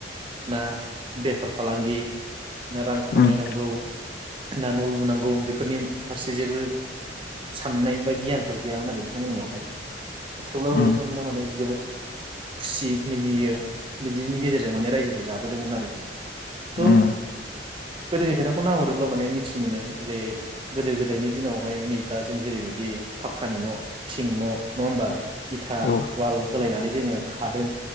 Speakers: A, on the right; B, on the left.
A: ना बेफार फालांगि। ना रां खामायनांगौ
B: उम
A: ना न' लुनांगौ बेफोरनि फारसे जेबो साननाय बा गियानफोर गैयामोन आरो बिथांमोननियावहाय थेवब्लाबो
B: उम
A: बिथांमोना माने जोबोद खुसि मिनियो बिदिनि गेजेरजों माने रायजोखौ जाबोदोंमोन आरखि त'
B: उम
A: गोदोनि खोथाखौ नायहरोब्ला माने मिथि मोनो जे गोदो-गोदायनि दिनावहाय नै दा जों जेरैबायदि फाक्कानि न' थिं न' नङा होमबा इथा
B: औ
A: अवाल होलायनानै जोङो थादों